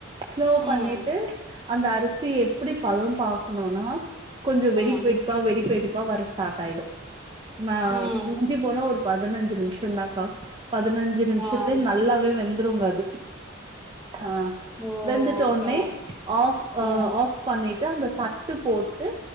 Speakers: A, on the right; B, in the centre.
A: ஸ்லோ
B: ம்.
A: பண்ணிட்டு அந்த அரிசிய எப்படி பதம் பாக்கணும்னா கொஞ்சம்
B: ம்.
A: வெடி வெடிப்டுப்பா வெடி வெடிப்டுப் அப்ப வர ஸ்டார்ட் ஆயிடும் ஆ
B: ம்.
A: மிஞ்சி போனா ஒரு பதினஞ்சு நிமிஷம் தான் கா பதினஞ்சு நிமிஷத்துல
B: ஆ.
A: நல்லாவே வெந் தூங்காது ஹ
B: ஓ!
A: வெந்துட்ட
B: ஓகே.
A: உடனே ஆஃப்
B: ம்.
A: ஆஃப் பண்ணிட் <unintelligible> விட்டு போட்டு